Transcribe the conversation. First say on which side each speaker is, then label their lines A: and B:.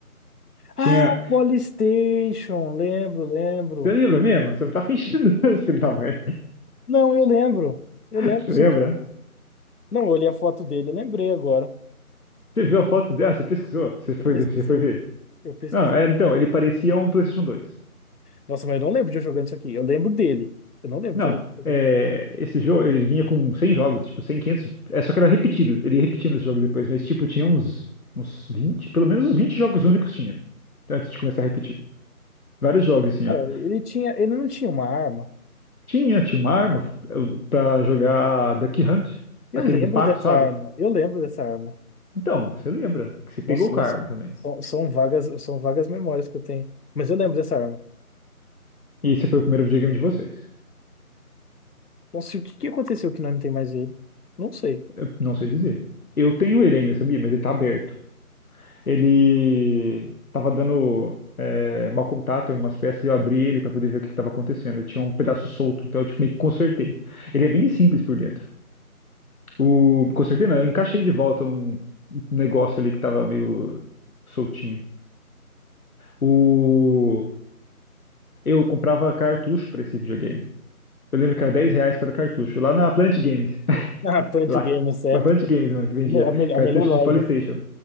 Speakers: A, on the left; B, on the left.
A: Ah,
B: Tinha.
A: PlayStation, lembro, lembro.
B: Você lembra mesmo? Você não tá fingindo, <laughs> filho da mãe.
A: Não, eu lembro. Eu
B: Você
A: lembro isso
B: lembra?
A: aqui. Não, eu olhei a foto dele, eu lembrei agora.
B: Você viu a foto dela? Você pesquisou? Você foi,
A: Eu pesquisei.
B: você foi ver?
A: Eu pesquisei.
B: Não, é, então, ele parecia um PlayStation 2.
A: Nossa, mas eu não lembro de eu jogando isso aqui. Eu lembro dele. Eu não lembro
B: Não,
A: de eu jogando isso
B: é,
A: aqui.
B: esse jogo, ele vinha com 100 jogos, tipo, 100 500. É, só que era repetido, ele ia repetindo os jogos depois, mas, tipo, tinha uns, uns 20, pelo menos uns 20 jogos únicos tinha, antes de começar a repetir. Vários jogos, assim,
A: Cara,
B: ó.
A: ele tinha, ele não tinha uma arma.
B: Tinha, tinha uma arma eh, pra jogar Duck Hunt,
A: Eu
B: aquele
A: lembro
B: do pato,
A: dessa
B: sabe?
A: arma. Eu lembro dessa arma.
B: Então, você lembra que você pegou
A: Nossa,
B: com
A: mas
B: a arma
A: são,
B: também.
A: são, são vagas, são vagas memórias que eu tenho. Mas eu lembro dessa arma.
B: E esse foi o primeiro videogame de vocês.
A: Nossa, e o que que aconteceu que nós não tem mais ele? Não sei.
B: Eu não sei dizer. Eu tenho ele ainda, sabia? Mas ele tá aberto. ele estava dando é, mau contato em algumas peças, e eu abri ele para poder ver o que estava acontecendo. Ele tinha um pedaço solto, então eu tipo, meio que consertei. Ele é bem simples por dentro. O consertei não, eu encaixei de volta um um negócio ali que estava meio soltinho. O eu comprava cartucho para esse videogame. Eu lembro que era 10 reais cada cartucho, lá na Planet Games. <laughs>
A: Ah, Punch
B: Lá,
A: Games, épico.
B: na Planet Games, mano, que vendia
A: A, me- a me-
B: cartucho
A: a melhor loja.
B: de PlayStation.